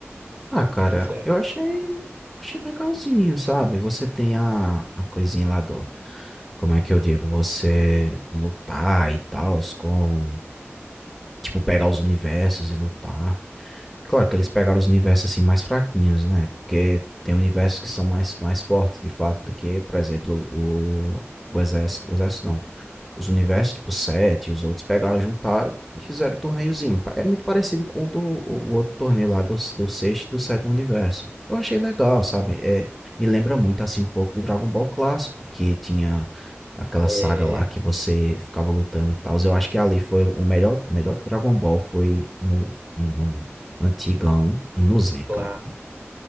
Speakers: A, in the centre; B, on the right (about 40°).
A: Ah, cara,
B: Que que você, acha?
A: eu achei. Achei legalzinho, sabe? Você tem a, a coisinha lá do. Como é que eu digo? Você lutar e tal, com. Tipo, pegar os universos e lutar. Claro que eles pegaram os universos assim mais fraquinhos, né? Porque tem universos que são mais, mais fortes, de fato, do que, por exemplo, o, o Exército. O Exército não. Os universos, tipo, sete, os outros pegaram, juntaram e fizeram o torneiozinho. Pa- É muito parecido com o, do- o outro torneio lá do, do sexto e do sétimo universo. Eu achei legal, sabe? É, me lembra muito, assim, um pouco do Dragon Ball clássico, que tinha aquela
B: é,
A: saga lá
B: é,
A: que você ficava lutando e tal. Eu acho que ali foi o melhor, o melhor Dragon Ball foi no, no antigão e no Z,
B: claro.
A: cara.